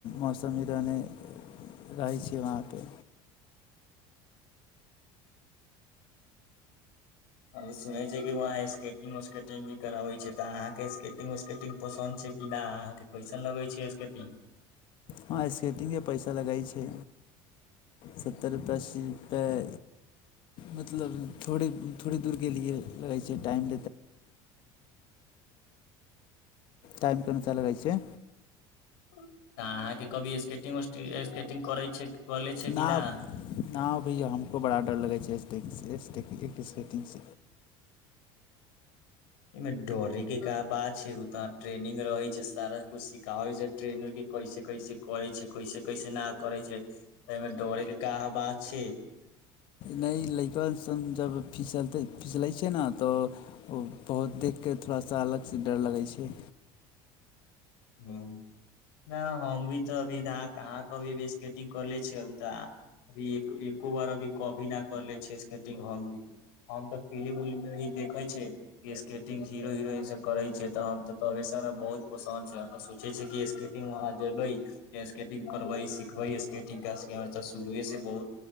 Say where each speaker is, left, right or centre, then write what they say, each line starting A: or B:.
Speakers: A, on the left; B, on the left.
A: मौसम ही रहने रहै छै वहाँपे
B: हम सुनै छियै कि वहाँ स्केटिंग उकेटिंग भी कराबै छै तऽ अहाँके स्केटिंग उस्केटिंग पसन्द छै कि नहि अहाँके कैसन लगै छै स्केटिंग
A: वहाँ स्केटिंगके पैसा लगै छै सत्तरि रुपैए अस्सी रुपैए मतलब थोड़े थोड़े दूर गेलियै लगै छै टाइम टाइम कोन सा लगै छै
B: तऽ अहाँके कभी स्केटिंग स्केटिंग करै छै कले छै
A: न
B: कि ना
A: न भै हमको बड़ा डर लगे छै एकटीस कटंगस
B: एहिमे डौड़यके का बात छै ओतऽ ट्रेनिंग रहै छै सारा किछु सिखाबै छै ट्रेनरके कैसे कैसे करै छै कैसे कैसे न करै छै एहिमे डौड़ैके क बात छै
A: नहि लड़कन जब फिसलतै फीसलै छै ने तऽ ओ बहुत देखिक थोड़ा सा अलगसँ डर लगै छै
B: ह नहि हम भी तऽ अभी कहाँ कभी अभी स्केटिंग करले छियै अभी तऽ अभी एको बार अभी कभी नहि करले छियै स्केटिंग हम भी हम तऽ फिल्म उिल्ममे भी देखै छियै कि स्केटिंग हीरो हिरोइनसँ करै छियै तऽ हम तऽ तबेसँ हम बहुत पसन्द छै ऽ सोचै छै कि स्केटिंग वहाँ जेबै त स्केटिंग करबै सिखबै स्केटिंग क स हमरऽ शुरुएसँ बहुत